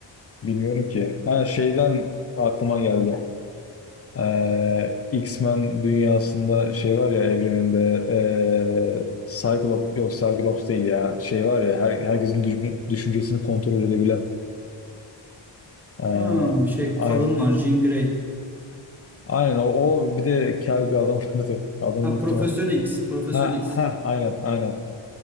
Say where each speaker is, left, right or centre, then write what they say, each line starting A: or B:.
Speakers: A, on the left; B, in the centre.
A: bilmiyorum ki. Ha şeyden aklıma geldi. Ee, X-Men dünyasında şey var ya evreninde ee, Cyclops yok Cyclops değil ya şey var ya her, herkesin düş- düşüncesini kontrol edebilen Ee,
B: Ha, şey
A: aynen.
B: kadın var Jean Grey.
A: Aynen o, o bir de kel bir adam <laughs> vardı. Adını
B: Ha
A: unuttum.
B: Profesör
A: ama.
B: X, Profesör
A: Ha
B: X.
A: ha aynen aynen.